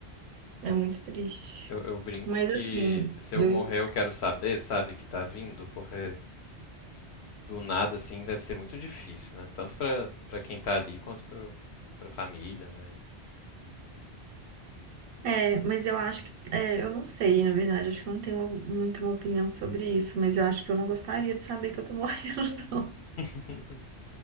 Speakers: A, on the right; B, on the left.
A: é muito triste.
B: Eu, eu brinco
A: Mas
B: que
A: assim,
B: se eu
A: eu.
B: morrer eu quero saber, sabe, que tá vindo, porque do nada assim deve ser muito difícil, né? Tanto pra, pra quem tá ali quanto pro, pra família, né?
A: É, mas eu acho que. É, eu não sei, na verdade, acho que eu não tenho uma- muito uma opinião sobre isso, mas eu acho que eu não gostaria de saber que eu tô <laughs> morrendo, não.
B: <laughs>